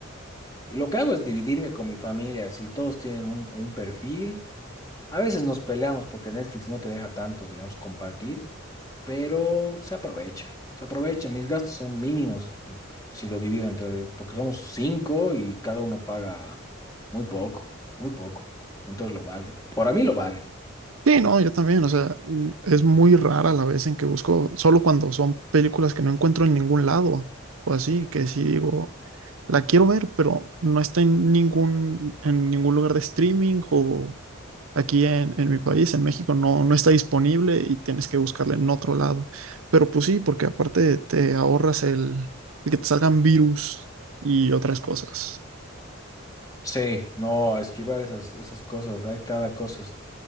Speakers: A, on the left; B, on the right.
A: Y lo que hago es dividirme con mi familia, así todos tienen un, un perfil. A veces nos peleamos porque Netflix no te deja tanto, digamos, compartir, pero se aprovecha. Se aprovecha, mis gastos son mínimos p- si lo divido entre, porque somos cinco y cada uno paga muy poco, muy poco. Entonces lo vale. Por a mí lo vale.
B: Sí, no, yo también, o sea, mm, es muy rara la vez en que busco, solo cuando son películas que no encuentro en ningún lado, o así, que sí digo, la quiero ver, pero no está en ningún, en ningún lugar de streaming o aquí en, en mi país, en México, no, no está disponible y tienes que buscarla en otro lado. Pero pues sí, porque aparte te ahorras el, el que te salgan virus y otras cosas.
A: Sí, no, esquivar esas, esas cosas. Hay cada cosa es